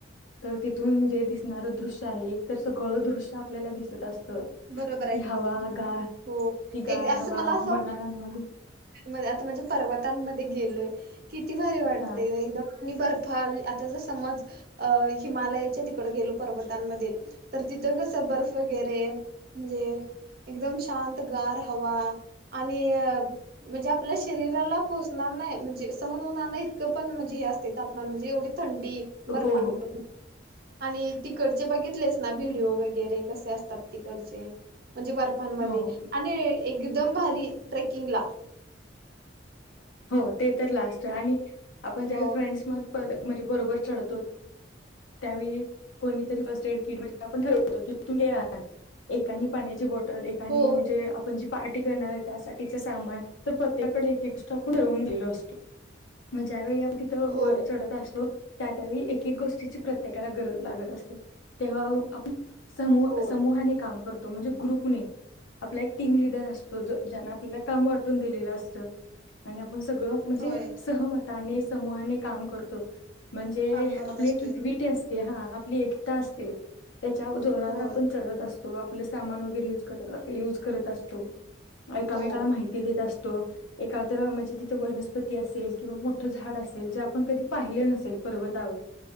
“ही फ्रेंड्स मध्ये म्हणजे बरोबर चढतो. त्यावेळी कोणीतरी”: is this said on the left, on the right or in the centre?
Left